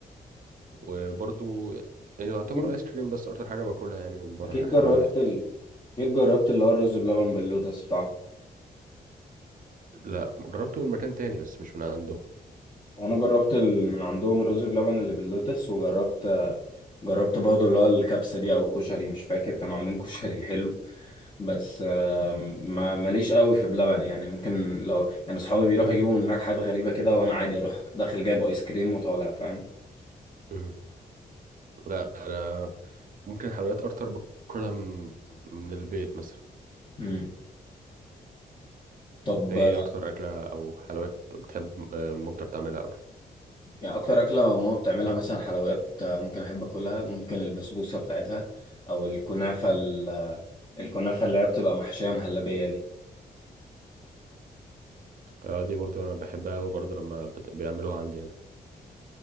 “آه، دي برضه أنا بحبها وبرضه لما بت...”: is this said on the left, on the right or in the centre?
Right